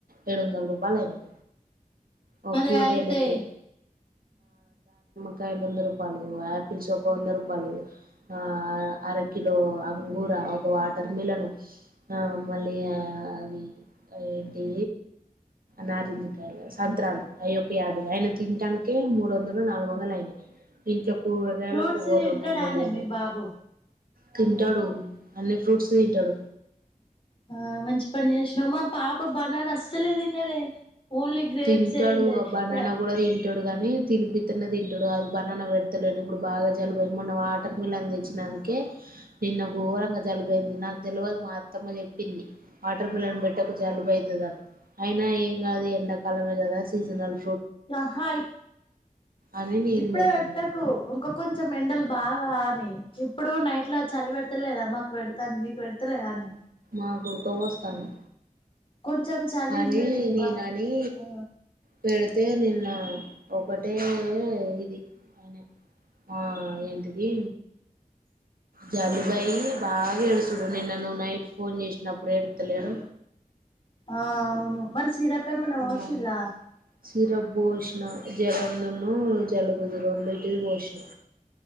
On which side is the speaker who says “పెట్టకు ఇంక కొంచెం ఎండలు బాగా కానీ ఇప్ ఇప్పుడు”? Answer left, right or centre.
Left